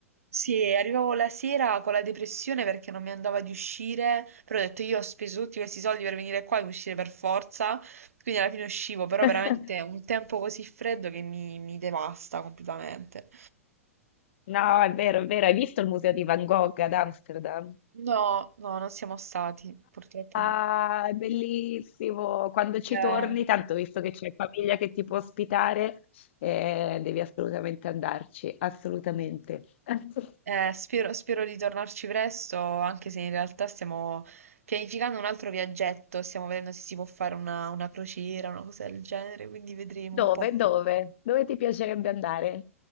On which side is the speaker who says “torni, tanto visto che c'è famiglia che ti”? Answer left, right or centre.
Left